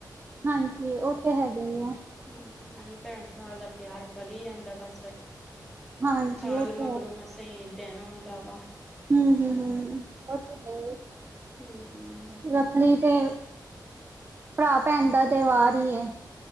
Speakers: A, on the right; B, in the centre.
A: ਹਾਂਜੀ ਉਹ ਤਾਂ ਹੈਗਾ ਈ ਐ।
B: ਹੂੰ ਆਹੀਂ ਭੈਣ ਭਰਾ ਦਾ ਪਿਆਰ ਵਧੀ ਜਾਂਦਾ ਬਸ
A: ਹਾਂਜੀ
B: ਸਾਲ
A: ਉਹ ਤੇ
B: ਮਗਰੋਂ
A: ਹੈ
B: ਮਸਾਂ ਈ ਦਿਨ ਆਉਂਦਾ ਵਾ।
A: ਹੂੰ-ਹੂੰ-ਹੂੰ, ਓ ਤੇ ਹੈ ਈ।
B: ਹੂੰ-ਹੂੰ,
A: ਰੱਖੜੀ ਤੇ ਭਰਾ ਭੈਣ ਦਾ ਤਿਉਹਾਰ ਈ ਏ।